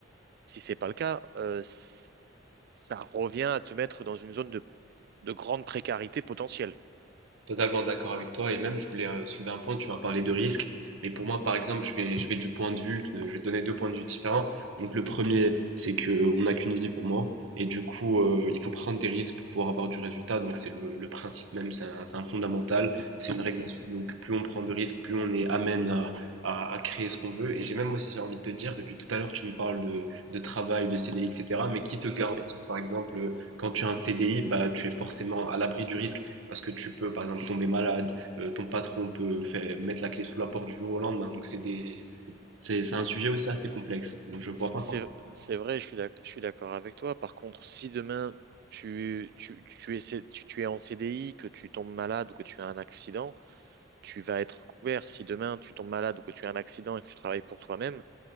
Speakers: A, on the right; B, on the right.
A: Si c'est pas le cas, euh, c- ça revient à te mettre dans une zone de, de grande précarité potentielle.
B: Totalement d'accord avec toi et même je voulais euh, soulever un point, tu m'as parlé de risque, mais pour moi par exemple je vais, je vais du point de vue, de- je vais te donner deux points de vue différents. Donc le premier c'est que euh, on n'a qu'une vie pour moi et du coup euh, il faut prendre des risques pour pouvoir avoir du résultat, donc c'est le, le principe même, c'est un, c'est un fondamental, c'est une
A: Mhm,
B: règle à suivre. donc plus on prend de risques, plus on est amène à, à- à créer ce qu'on veut et j'ai même aussi envie de te dire, depuis tout à l'heure tu me parles de, de travail, de CDI, etc., mais qui te garantit
A: tout à fait.
B: par exemple euh, quand tu as un CDI, bah, tu es forcément à l'abri du risque parce que tu peux, par exemple, tomber malade, euh, ton patron peut faire- mettre la clé sous la porte du jour au lendemain. Donc, c'est des... c'est, c'est un sujet aussi assez complexe. Je vois
A: C'est
B: pas pourquoi.
A: c'est- vrai, je suis d'ac- je suis d'accord avec toi. Par contre, si demain tu, tu, tu, es, C- tu, tu es en CDI, que tu tombes malade ou que tu as un accident, tu vas être couvert. Si demain tu tombes malade ou que tu as un accident et que tu travailles pour toi-même